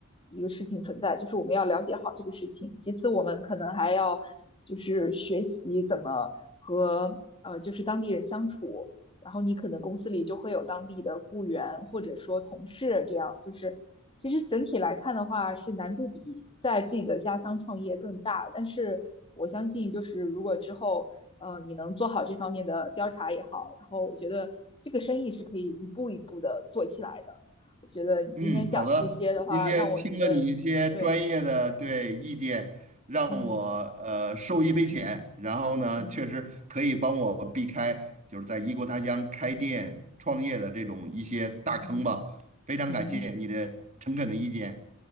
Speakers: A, on the left (about 25°); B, on the right (about 35°).
A: 一个事情存在，就是我们要了解好这个事情。其次，我们可能还要就是学习怎么和呃就是当地人相处，然后你可能公司里就会有当地的雇员或者说同事这样，就是其实整体来看的话是难度比在自己的家乡创业更大，但是我相信就是如果之后。呃，你能做好这方面的调查也好，然后我觉得这个生意是可以一步一步的做起来的。我觉得你今天讲的这些的话，
B: 嗯，好的。今天听了你一些专业的对意见，
A: 让我觉得，对，
B: 让我呃受益匪浅。
A: 嗯
B: 然后呢，
A: 嗯
B: 确实可以帮我避开就是在异国他乡开店创业的这种一些大坑吧。
A: 嗯
B: 非常感谢你的诚恳的意见。
A: 嗯